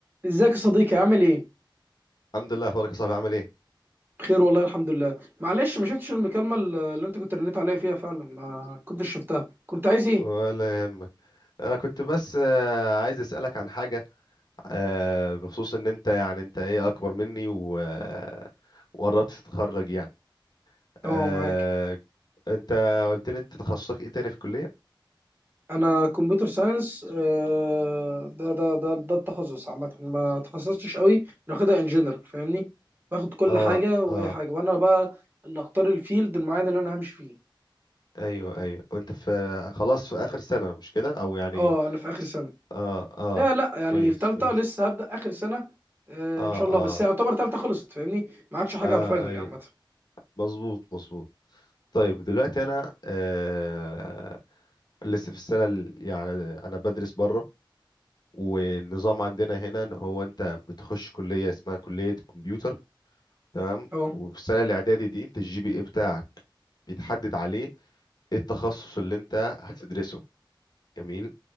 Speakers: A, on the right; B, on the left.
A: ازيك يا صديقي عامل ايه
B: الحمد لله اخبارك يا صاحبي عامل ايه
A: بخير والله الحمد لله معلش ما شفتش المكالمه اللي انت كنت رنيت عليا فيها فعلا ما كنتش شفتها كنت عايز ايه
B: ولا يهمك انا كنت بس آه، عايز اسالك عن حاجه آه، بخصوص ان انت يعني انت ايه اكبر مني و... آه، وقربت تتخرج يعني
A: اه
B: آه،
A: معاك
B: انت قلت لي انت تخصصك ايه تاني في الكليه
A: انا كمبيوتر ساينس آه، ده ده ده ده التخصص عامه ما تخصصتش قوي ناخدها انجينير فاهمني باخد كل
B: اه
A: حاجه واي
B: اه
A: حاجه وانا بقى اللي اختار الفيلد المعين اللي انا همشي فيه
B: ايوه ايوه وانت في خلاص في اخر سنه مش كده او يعني
A: اه انا في اخر
B: في...
A: سنه
B: س- اه اه
A: لا لا يعني
B: كويس
A: في ثالثه
B: كويس
A: لسه هبدا اخر سنه آه
B: اه
A: ان شاء الله
B: اه
A: بس يعتبر ثالثه خلصت فاهمني ما عادش حاجه
B: اه
A: على الفاينل يعني
B: ايوه
A: عامه
B: مظبوط مظبوط طيب دلوقتي انا آه لسه في السنة ال- يعني أنا بدرس بره والنظام عندنا هنا إن هو أنت بتخش كلية اسمها كلية كمبيوتر تمام
A: اه
B: وفي السنة الإعدادي دي أنت الجي بي إيه بتاعك بيتحدد عليه إيه التخصص اللي أنت هتدرسه جميل